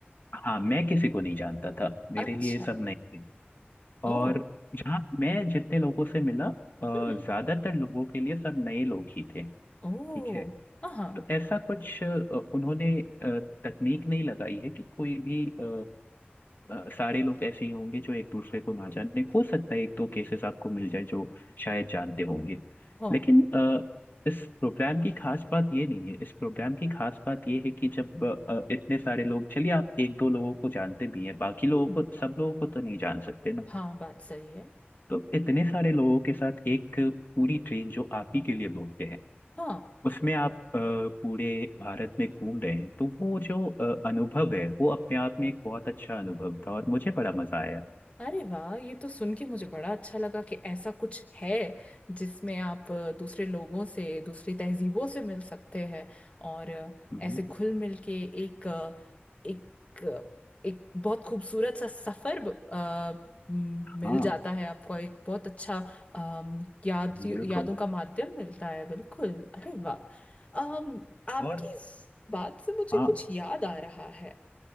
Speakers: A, on the left; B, on the left.
A: हाँ मैं किसी को नहीं जानता था मेरे
B: अच्छा
A: लिए ये सब नए थे
B: ओ
A: और जहाँ मैं जितने लोगों से मिला अ,
B: हम्म
A: ज्यादातर लोगों के लिए सब नए लोग ही थे
B: ओ
A: ठीक है
B: हाँ हाँ
A: तो ऐसा कुछ अ, उन्होंने अ, तकनीक नहीं लगाई है कि कोई भी अ, अ, सारे लोग ऐसे ही होंगे जो एक दूसरे को ना जाने हो सकता है एक दो केसेस आपको मिल जाए जो शायद जानते होंगे
B: हाँ
A: लेकिन अ, इस प्रोग्राम की खास बात ये नहीं है इस प्रोग्राम की खास बात ये है कि जब अ, अ, इतने सारे लोग चलिए आप एक दो लोगों को जानते भी हैं बाकी लोगों
B: हम्म,
A: को सब लोगों को तो नहीं जान सकते ना
B: हाँ बात सही है
A: तो इतने सारे लोगों के साथ एक पूरी ट्रेन जो आप ही के लिए बोलते हैं
B: हाँ
A: उसमें आप अ, पूरे भारत में घूम रहे हैं तो वो जो अ, अनुभव है वो अपने आप में एक बहुत अच्छा अनुभव था और मुझे बड़ा मजा आया
B: अरे वाह ये तो सुन के मुझे बड़ा अच्छा लगा कि ऐसा कुछ है जिसमें आप अ, दूसरे लोगों से दूसरी तहजीबों से मिल सकते हैं और अ,
A: हम्म।
B: ऐसे घुल मिल के एक अ, एक अ, एक बहुत खूबसूरत सा सफर अ, म, मिल
A: हाँ
B: जाता है आपको एक बहुत अच्छा अम, याद यादों
A: बिल्कुल
B: का माध्यम मिलता है बिल्कुल अरे वाह अम, आपकी
A: और
B: इस बात से मुझे
A: हाँ
B: कुछ याद आ रहा है